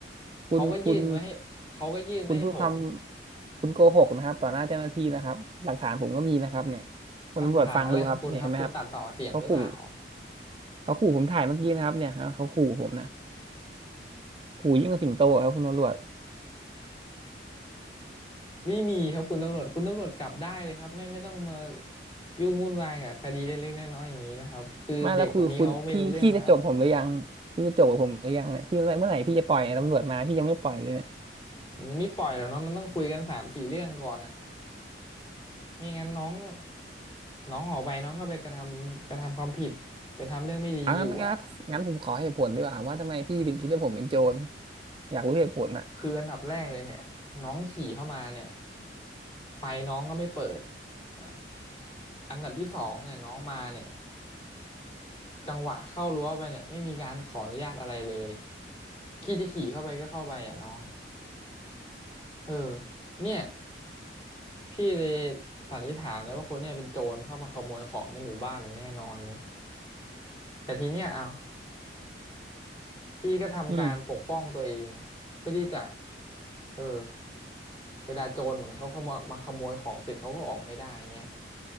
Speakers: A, on the left; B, on the right.
A: เขาก็ยื่นมาให้เขาก็ยื่นมาให้ผม
B: คุณคุณคุณพูดคำคุณโกหกนะครับต่อหน้าเจ้าหน้าที่นะครับหลักฐานผมก็มีนะครับเนี่ยคุณตำรวจฟังดูครับเนี่ยเห็นไหมครับ
A: หลักฐานอะไรของคุณครับคุณตัดต่อเสียงหรือเปล่า
B: เขาขู่ เขาขู่ผมถ่ายเมื่อกี้นะครับเนี่ยครับเขาขู่ผมนะขู่ยิ่งกว่าสิงโตอะครับคุณตำรวจ
A: ไม่มีครับคุณตำรวจคุณตำรวจกลับได้เลยครับไม่ไม่ต้องมายุ่งวุ่นวายกับคดีเล็กๆน้อยๆอย่างนี้นะครับคือเด็กคนนี้เขาไม่รู้เรื่องแล้วครับ
B: มาแล้วคือคุณพี่พี่จะจบผมหรือยังพี่จะจบกับผมหรือยังเนี่ยพี่เมื่อไหร่เมื่อไหร่พี่จะปล่อยเนี่ยตำรวจมาพี่ยังไม่ปล่อยเลยเนี่ย
A: มันยังไม่ปล่อยหรอกเนาะมันต้องคุยกันสามสี่เรื่องก่อนอ่ะไม่งั้นน้องน้องออกไปน้องก็ไปกระทำกระทำความผิดไปทำเรื่องไม่ดีอยู่อ่ะ
B: เอางั้นนะครับงั้นผมขอเหตุผลดีกว่าว่าทำไมพี่ถึงคิดว่าผมเป็นโจรอยากรู้เหตุผลน่ะ
A: คืออันดับแรกเลยเนี่ยน้องขี่เข้ามาเนี่ยไฟน้องก็ไม่เปิดอ่าอันดับที่สองเนี่ยน้องมาเนี่ยจังหวะเข้ารั้วไปเนี่ยไม่มีการขออนุญาตอะไรเลยขี่จะขี่เข้าไปก็เข้าไปอ่ะน้องเออเนี่ยพี่เลยสันนิษฐานเลยว่าคนเนี่ยเป็นโจรเข้ามาขโมยของในหมู่บ้านอย่างแน่นอนเนี่ยแต่ทีเนี้ยเอา พี่ก็ทำการปกป้องตัวเองเพื่อที่จะ
B: อืม
A: เออเวลาโจรเหมือนเขาเข้ามามาขโมยของเสร็จเขาก็ออกไม่ได้เงี้ย